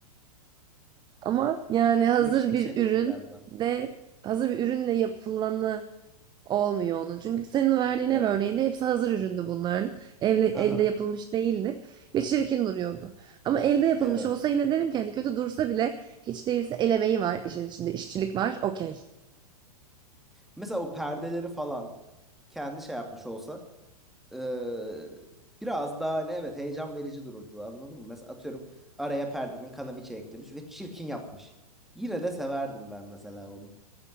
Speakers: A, on the right; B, in the centre.
A: Ama yani hazır
B: Leşlik
A: bir
B: seviyorum
A: ürün
B: galiba.
A: de hazır bir ürünle yapılanı olmuyor onun. Çünkü senin verdiğin
B: Evet.
A: ev örneğinde hepsi hazır üründü bunların. Evle, elde
B: Haha.
A: yapılmış değildi ve çirkin duruyordu. Ama elde yapılmış
B: Evet.
A: olsa yine derim ki hani kötü dursa bile hiç değilse el emeği var işin içinde işçilik var okey.
B: Mesela o perdeleri falan kendi şey yapmış olsa eee, biraz daha hani evet heyecan verici dururdu anladın mı? Mesela atıyorum araya perdenin kanaviçe eklemiş ve çirkin yapmış. Yine de severdim ben mesela onu.